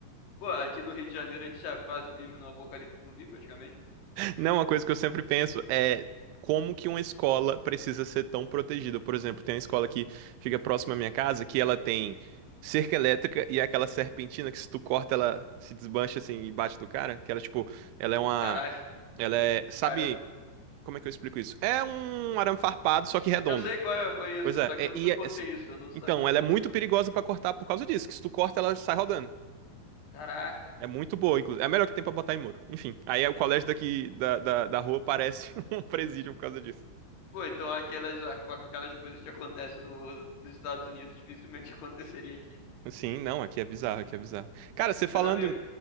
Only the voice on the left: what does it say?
Pô, aqui no Rio de Janeiro a gente já quase vive num apocalipse zumbi, praticamente.
Caralho,
caramba.
Eu sei qual é, eu conheço,
eu-
só que
eu nunca
cortei
isso, eu não sabia
que
ia acontecer.
Caraca.
Pô, então aquelas, aquelas coisas que acontecem no, nos Estados Unidos dificilmente <laughs> aconteceria aqui.
Mas, amigo,